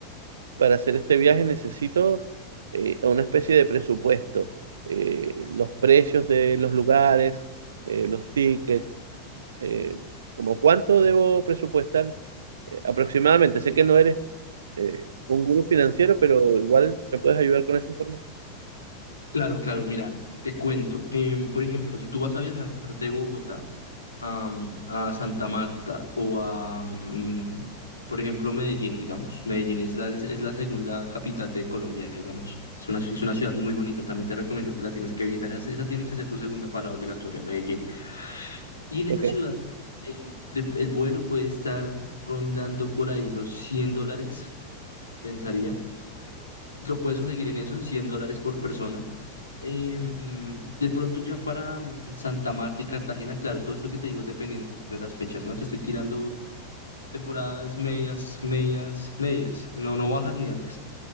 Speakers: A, on the right; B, on the left.
A: para hacer este viaje necesito eh, una especie de presupuesto, eh, los precios de los lugares, eh, los tickets, eh, como cuánto debo presupuestar eh, aproximadamente. Sé que no eres eh, un gurú financiero, pero igual me puedes ayudar con esa información.
B: Claro, claro, mira, te cuento. Em, por ejemplo, si tú vas a viajar de Bogotá am, a Santa Marta o a, mm, por ejemplo, Medellín, digamos. Medellín es la, es la segunda capital de Colombia, digamos. Es una, es una ciudad muy bonita, también te recomiendo que la tienes que visitar. Esa, esa tiene que ser tu segunda parada obligatoria, Medellín. Y en
A: Ok,
B: esa ciudad, em, de- el vuelo puede estar rondando por ahí los 100 dólares, pensaría. Lo puedes conseguir en eso, en 100 dólares por persona. Em, de pronto ya para mm, Santa Marta y Cartagena, claro, todo esto que te digo es dependiendo de las fechas, ¿no? Te estoy tirando temporadas medias, medias, medias, no, no bajas ni altas.